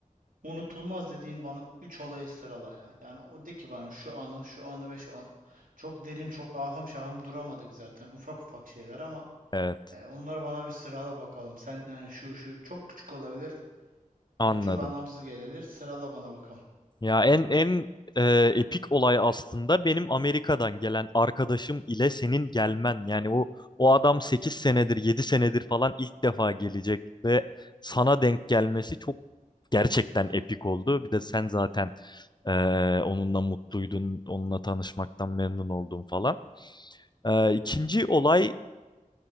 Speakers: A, on the right (about 80°); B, on the left (about 30°).
A: Unutulmaz dediğin bana 3 olayı sırala ya. Yani o de ki bana şu anı, şu anı ve şu anı. Çok derin, çok ahım şahım duramadık zaten. Ufak ufak şeyler ama
B: Evet,
A: e, onları bana bir sırala bakalım. Sen yani şu şu çok küçük olabilir,
B: anladım.
A: e, çok anlamsız gelebilir. Sırala bana bakalım.
B: Ya en en e, epik olay aslında benim Amerika'dan gelen arkadaşım ile senin gelmen. Yani o o adam 8 senedir, 7 senedir falan ilk defa gelecek ve sana denk gelmesi çok gerçekten epik oldu. Bir de sen zaten e, onunla mutluydun, onunla tanışmaktan memnun oldun falan. E, ikinci olay